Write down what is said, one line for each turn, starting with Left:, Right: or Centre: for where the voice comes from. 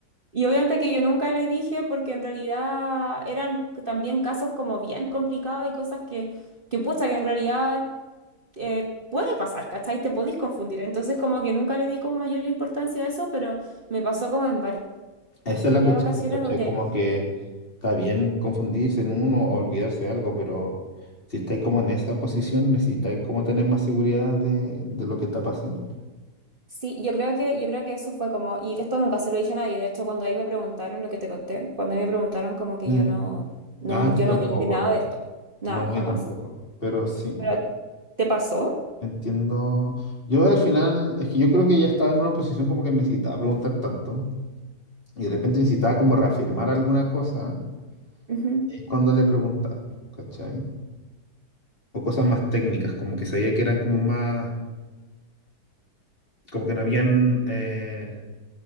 Right: y obviamente que yo nunca le dije porque en realidad eran también casos como bien complicados y cosas que, que pucha, que en realidad eh, puede pasar, ¿cachai? Te podís confundir. Entonces como que nunca le di como mayor importancia a eso, pero me pasó como en varias
Left: Esa es la cuestión,
Right: ocasiones
Left: pues, ¿cachai?
Right: donde
Left: Como que está bien confundirse en uno o olvidarse de algo, pero si estáis como en esa posición, necesitáis como tener más seguridad de, de lo que está pasando. po.
Right: Sí, yo creo que, yo creo que eso fue como, y esto nunca se lo dije a nadie, de hecho cuando ahí me preguntaron lo que te conté, cuando ahí me preguntaron como que
Left: Mm.
Right: yo no, no,
Left: Ah,
Right: yo
Left: yo tampoco,
Right: no dije nada de esto, nada,
Left: no,
Right: jamás.
Left: yo tampoco, pero sí,
Right: Pero, ¿te pasó?
Left: entiendo. Yo al final, es que yo creo que ya estaba en una posición como que necesitaba preguntar tanto y de repente necesitaba como reafirmar alguna cosa,
Right: Ujú,
Left: es cuando le preguntaba, ¿cachai? O cosas más técnicas, como que sabía que eran como más, como que no habían... eh,